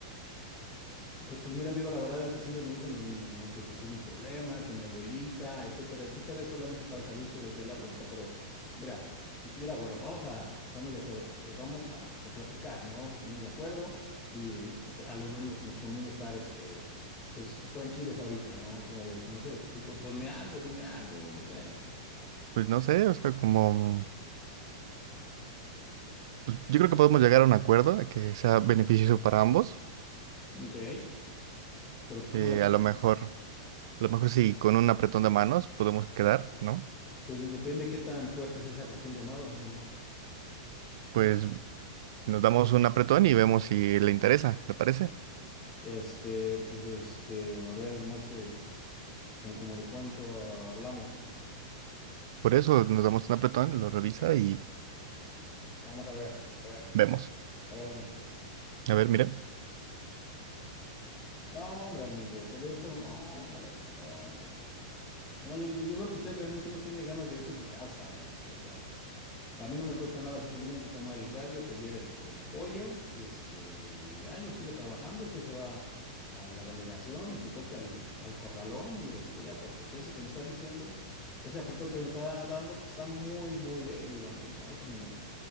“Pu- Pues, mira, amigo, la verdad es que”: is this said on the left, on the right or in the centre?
Left